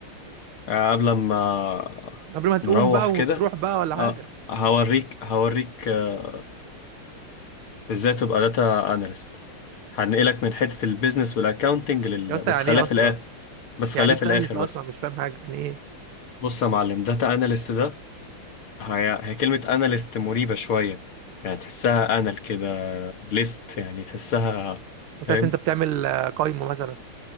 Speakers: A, on the left; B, on the right.
A: قبل ما
B: قبل ما تقوم
A: نروح
B: بقى
A: كده
B: ونروح بقى ولا
A: اه
B: حاجة
A: هوريك هوريك آه، ازاي تبقى داتا اناليست هنقلك من حتة البيزنس والاكاونتنج لل...
B: يا اسطى
A: بس
B: يعني
A: خليها
B: ايه
A: في
B: اصلا
A: الاخر بس خليها
B: يعني انت
A: في الاخر
B: انا لسه
A: بس
B: اصلا مش فاهم حاجة يعني ايه
A: بص يا معلم داتا اناليست ده هي... هي كلمة اناليست مريبة شوية يعني تحسها انال كده ليست يعني تحسها
B: هتحس
A: فاهم
B: انت بتعمل آه، قايمة مثلا